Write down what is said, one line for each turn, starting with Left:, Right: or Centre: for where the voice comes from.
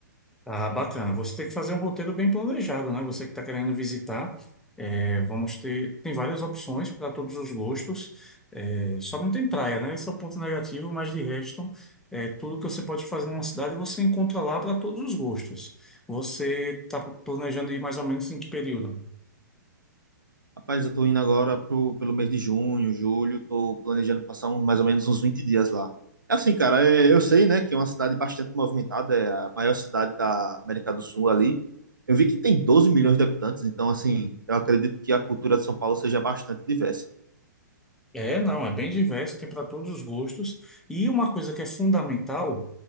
Centre: Ah, bacana. Você tem que fazer um roteiro bem planejado, né? Você que está querendo visitar, é, vamos ter. Tem várias opções para todos os gostos. É, só não tem praia, né? Esse é o ponto negativo, mas de resto, é, tudo que você pode fazer numa cidade você encontra lá para todos os gostos. Você está planejando ir mais ou menos em que período?
Right: Rapaz, eu tô indo agora pro, pelo mês de junho, julho. Tô planejando passar um, mais ou menos uns 20 dias lá. É assim, cara, é, eu sei, né, que é uma cidade bastante movimentada. É a maior cidade da América do Sul ali. Eu vi que tem 12 milhões de habitantes, então, assim, eu acredito que a cultura de São Paulo seja bastante diversa.
Centre: É, não, é bem diverso, tem para todos os gostos. E uma coisa que é fundamental